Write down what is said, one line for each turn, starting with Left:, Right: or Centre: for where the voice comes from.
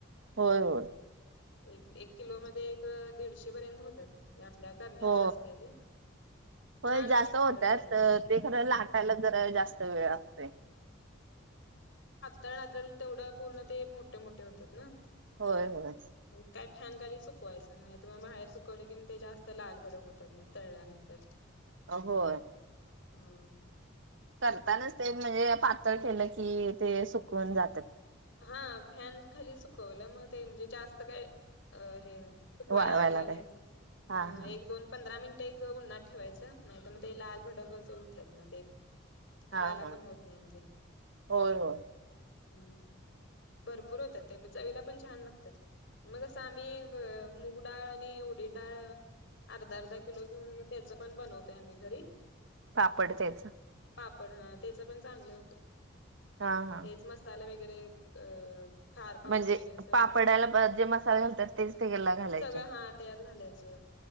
Right: होय होय
Left: एक एक किलो मध्ये दीडशे पर्यंत होतात आपल्या करण्यावर
Right: हो
Left: असतय ते
Right: होय
Left: छान लागते
Right: जास्त होत
Left: खरं चवी
Right: ते खरं लाटायला जरा जास्त वेळ लागतोय
Left: तळहाताला तेवढं पूर्ण ते मोठे मोठे होतात ना
Right: होय होय
Left: काय फॅन गाली स शिकवायचं नाही तर म बाहेर सुकवल की ते जास्त लालबडक होतात मग तळल्यानंतर
Right: अ हो
Left: हम
Right: करतानाच ते म्हणजे पातळ केलं की ते सुकवून जात
Left: हा फॅन खाली चकवलं मग ते म्हणजे जास्त काय हे सुकवायला
Right: वाळवायला
Left: लागले
Right: काय
Left: नाही
Right: हा हा
Left: एक दोन पंधरा मिनट ते एक उन्हात ठेवायचं नाही तर मग ते लाल भडकच उठतात म ते खायला
Right: हा हा
Left: पण होत नाही म ते
Right: होय होय
Left: बर भरपूर होतात ते चवीला पण छान लागतात मग असं आम्ही मूग डाळ आणि उडीद डाळ अर्धा अर्धा किलो घेऊन मग त्याच पण बनवत आम्ही घरी
Right: पापड त्याच
Left: पापड हा त्याच पण चांगले होतं
Right: हा हा
Left: तेच मसाला व वगैरे... अ. खार पापूड
Right: म्हणजे
Left: वगैरे सगळं
Right: पापडाला जे मसाले घालतात तेच त्याला घालायचे.
Left: सगळं हा त्यात घालायचं